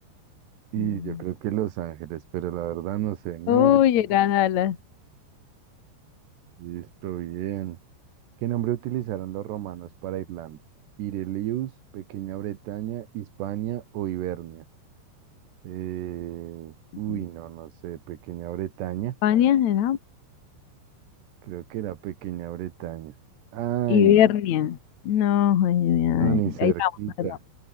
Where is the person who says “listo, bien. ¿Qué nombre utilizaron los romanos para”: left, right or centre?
Right